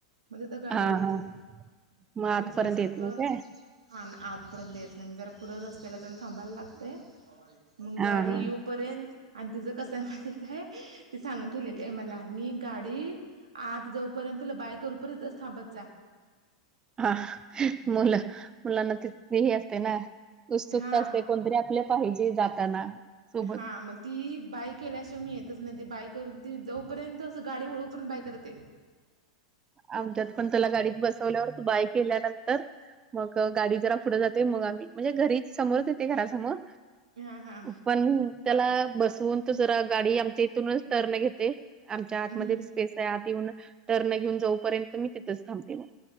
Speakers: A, on the right; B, on the right.
A: म्हणजे तिथं गाडी
B: हा
A: येत
B: हा
A: नाही,
B: मग आतपर्यंत
A: जरा असं
B: येत
A: पुढं
B: नाही काय?
A: हा आतपर्यंत येत नाही जरा पुढे रस्त्याला जाऊन थांबायला लागतेय, मग
B: हा
A: गाडी
B: हा.
A: पर्यंत आणि तिचं कसं आहे माहीतेय काय ती सांगून ठेवलेली आहे मला मी गाडी आतजोपर्यंत तुला बाय करुपर्यंतच थांबत जा.
B: हा मुलं मुलांना तिही असते ना उत्सुकता
A: हा
B: असते. कोणतरी आपल्या पाहिजे जाताना. सोबत.
A: हा मग ती बाय केल्याशिवाय मी येतच नाही ती बाय करून ती जोपर्यंत असं गाडी वळूपर्यंत बाय करते.
B: आमच्यात पण त्याला गाडीत बसवल्यावरती बाय केल्यानंतर मग गाडी जरा पुढे जाते मग आम्ही म्हणजे घरी समोरच येते घरासमोर,
A: हा हा
B: पण त्याला बसवून तर जरा गाडी आमच्या इथूनच टर्न घेते. आमच्या आतमध्ये
A: हम्म
B: स्पेस आहे आत येऊन टर्न घेऊन जाऊपर्यंत मी तिथंच थांबते मग.